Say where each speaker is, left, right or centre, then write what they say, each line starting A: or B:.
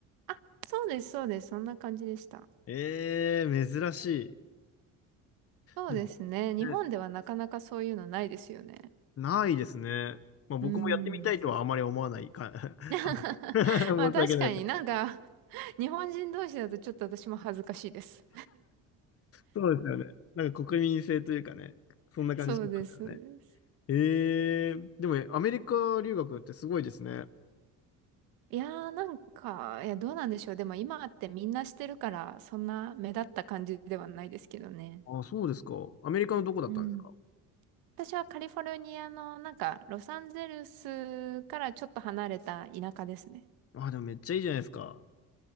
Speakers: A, on the right (about 80°); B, on the left (about 40°).
A: あ、そうです、そうです。そんな感じでした。
B: ええ、珍しい。
A: そうですね。
B: でも、
A: 日本ではなかなかそういうのないですよね。
B: ねないですね。まあ、僕もやってみたいとはあまり思わないか。
A: うーん。
B: <laughs> はい
A: <laughs>
B: <laughs> 申し訳ない。
A: まあ確かになんか、日本人同士だとちょっと私も恥ずかしいです。
B: そうですよね。なんか国民性というかね、そんな感じしますよね。
A: そうです、そうです。
B: ええでもねアメリカ留学ってすごいですね。
A: いやーなんか、いや、どうなんでしょう。でも今ってみんなしてるから、そんな目立った感じではないですけどね。
B: あ、そうですか。アメリカのどこだったんですか
A: うん。私はカリフォルニアの、なんか、ロサンゼルスからちょっと離れた田舎ですね。
B: あ、でもめっちゃいいじゃないですか。